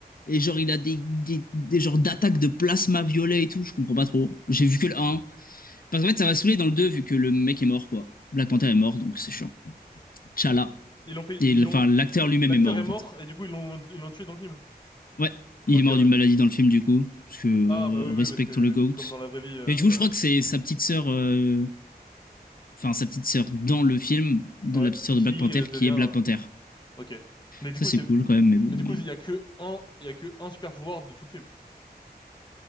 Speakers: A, on the left; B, on the left.
A: et genre, il a des, des, des genres d'attaques de plasma violet et tout, je comprends pas trop. J'ai vu que le un Parce qu'en fait, ça va saouler dans le 2 vu que le mec est mort, quoi. Black Panther est mort, donc c'est chiant. T'Challa.
B: Ils l'ont fait...
A: Et
B: Ils l'ont...
A: Enfin, l'acteur lui-même
B: L'acteur
A: est mort, en
B: est mort
A: fait.
B: et du coup, ils l'ont ils l'ont tué dans le film.
A: Ouais, il
B: Ok,
A: est mort
B: ouais.
A: d'une maladie dans le film, du coup, parce que euh,
B: Ah, bah oui,
A: respectons
B: oui, parce que
A: le GOAT.
B: comme dans la vraie vie, euh,
A: Et du coup,
B: ouais.
A: je crois que c'est sa petite sœur. euh, enfin sa petite sœur dans le film de
B: Ouais,
A: la petite sœur
B: qui
A: de Black Panther
B: euh, devient...
A: qui est
B: euh,
A: Black Panther.
B: Ok. Mais du
A: Ça
B: coup,
A: c'est
B: c'est...
A: cool quand même, mais bon.
B: Mais du coup, il
A: euh,
B: y a que un... Il y a que un super-pouvoir de tout le film.